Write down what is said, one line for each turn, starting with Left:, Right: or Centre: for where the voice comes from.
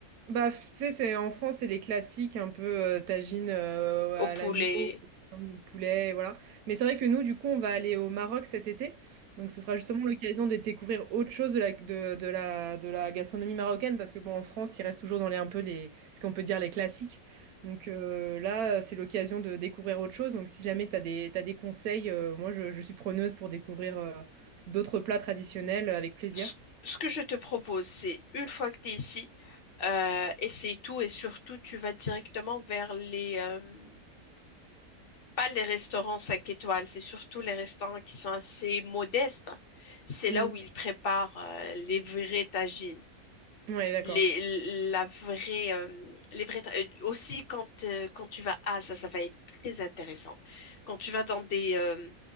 Right: Bah, tu sais, c'est, en France, c'est les classiques, un peu euh, tagine euh, à
Left: Au poulet.
Right: l'agneau, hum, poulet, et voilà. Mais c'est vrai que nous, du coup, on va aller au Maroc cet été. Donc, ce sera justement l'occasion de découvrir autre chose de la, de, de la, de la gastronomie marocaine, parce que, bon, en France, il reste toujours dans les, un peu les, ce qu'on peut dire les classiques. Donc, euh, là, c'est l'occasion de découvrir autre chose. Donc, si jamais tu as des, t'as des conseils, euh, moi, je, je suis preneuse pour découvrir euh, d'autres plats traditionnels euh, avec plaisir.
Left: ce ce que je te propose, c'est une fois que tu es ici, euh, essaye tout et surtout, tu vas directement vers les, euh, pas les restaurants 5 étoiles, c'est surtout les restaurants qui sont assez modestes. C'est
Right: Mm.
Left: là où ils préparent euh, les vraies tagines.
Right: Ouais, d'accord.
Left: Les, la vraie, euh, les vrais ta- euh, aussi quand, euh, quand tu vas, ah ça, ça va être très intéressant. Quand tu vas dans des, euh,